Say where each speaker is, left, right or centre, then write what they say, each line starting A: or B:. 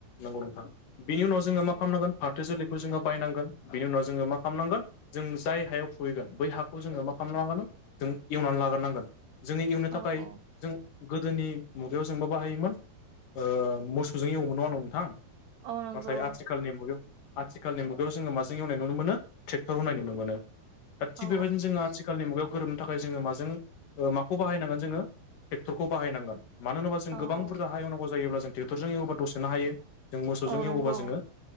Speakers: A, on the left (about 60°); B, on the right (about 80°).
A: नंगौ नोंथां। बेनि उनाव जोङो मा
B: औ
A: खालामनांगोन फाथो जोलैखौ जोङो बायनांगोन बिनि उनाव जोङो मा खालामनांगोन जों जाय हायाव खुबैगोन बै हाखौ जोङो मा खालामना लागोन जों एवनानै लाग्रोनांगोन। जोङो एवनो थाखाय
B: औ औ
A: जों गोदोनि मुगायाव जोंबा बाहायोमोन ओ मोसौजों एवोमोन नङा होनबा नोंथां?
B: औ नंगौ
A: नाथाय आथिखालनि मुगायाव आथिखालनि मुगायाव जोङो माजों एवनाय नुनो मोनो ट्रेक्टर होननाय नुनो मोनो। दा थिग
B: औ
A: बेबायदिनो जोङो आथिखालनि मुगायाव गोरोबनो थाखाय जोङो माजों माखौ बाहायनांगोन जोङो ट्रेक्टरखौ बाहायनांगोन। मानो होनोबा जों
B: औ
A: गोबां
B: औ
A: बुरजा हा एवनांगौ जायोब्ला जों टेकटरजों एवोबा दसेनो हायो। जों मोसौजों
B: औ
A: एवोबा
B: नंगौ
A: जोङो